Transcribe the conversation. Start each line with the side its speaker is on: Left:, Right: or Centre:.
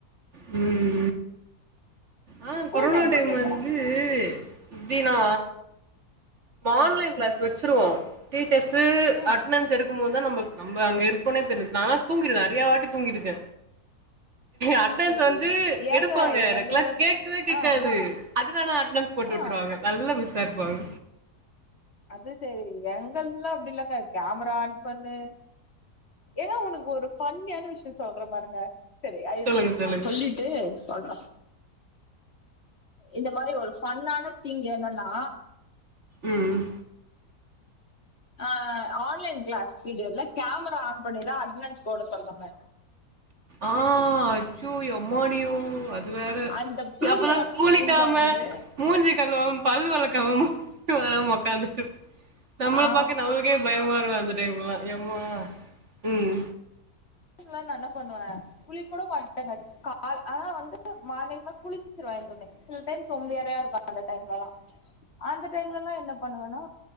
Right: ம் ஆ
Left: ஸ்கூல்
Right: கொரோனா
Left: டைம்ல
Right: டைம்
Left: கேக்குறே
Right: வந்து எப்டின்னா ஆன்லைன்
Left: ம்
Right: க்ளாஸ் வச்சிருவோ டீச்சர்ஸு
Left: ம்
Right: அட்ணன்ஸ் எடுக்கும்போதுதா நமக் நம்ப அங்க இருப்போனே தெர்ல நாலா தூங்கிடுவ நிறையா வாட்டி தூங்கிருக்க
Left: அது
Right: அட்னன்ஸ்
Left: சரி
Right: வந்து
Left: ஏங்க
Right: எடுப்பாங்க எனக்லா
Left: எங்கள வந்
Right: கேக்கவே கேக்காது
Left: ஆ
Right: அதுலானா அட்னன்ஸ் போட்டு
Left: ஆ
Right: விட்டுருவாங்க நல்லா மிஸ்ஸாருப்பாங்க
Left: அது சேரி எங்கல்துலா அப்டி இல்லங்க கேமரா ஆன் பண்ணு ஏங்க உனக்கு ஒரு ஃபன்னியான விஷய சொல்ற பாருங்க சரி அய்
Right: சொல்லுங்க சொல்லுங்க
Left: ஏ சொல்றா இந்த மாரி ஒரு ஃபண்ணான திங் என்னன்னா
Right: ம்
Left: ஆ ஆன்லைன் க்ளாஸ் வீடியோல கேமரா ஆன் பண்ணிதா அட்னன்ஸ் போட சொல்வாங்க
Right: ஆ அச்சு எம்மாடியோ அது வேற
Left: அந்த பீரியட்
Right: அப்பதா
Left: ஆஃப்
Right: குலிக்காம
Left: டைம்ல வந்து
Right: மூஞ்சிக் கழுவாம பல்லு வெளக்காம ஒக்காந்துட்டு நம்மள
Left: ஆ
Right: பாக்க நம்மளுக்கே பயமா இருக்கு அந்த‌ டைம் லா எம்மா ம்
Left: நா என்ன பண்ணுவே குலிக்கூட மாட்டே நா கால் ஆனா வந்து மார்னிங்லா குலிச்சிருவே எப்போமே சில டைம் சோம்பேறியா இருப்ப அந்த டைம்லலா அந்த டைம்லலா என்ன பண்ணுவனா